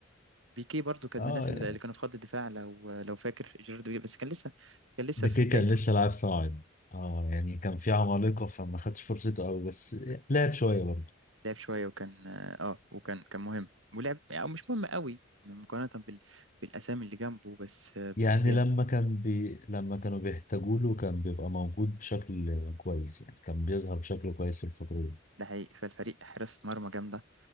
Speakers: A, on the right; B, on the left.
A: بيكي برضو كان
B: اه
A: من الناس
B: يعني
A: اللي اللي كانوا في خط الدفاع لو لو فاكر جيرارد بيكي بس كان لسه كان لسه
B: بيكي
A: في بدايته
B: كان لسه لاعب صاعد اه يعني كان في عمالقة فما خدش فرصته قوي بس لعب شوية برضه
A: لعب شوية وكان اه آه، وكان كان مهم ولعب او مش مهم قوي مقارنة بال... بالاسامي اللي جنبه بس آه،
B: يعني
A: بس جامد
B: لما كان بي... لما كانوا بيحتاجوا له كان بيبقى موجود بشكل كويس يعني كان بيظهر بشكل كويس في الفترة دي
A: ده حقيقي فالفريق حراسة مرمى جامدة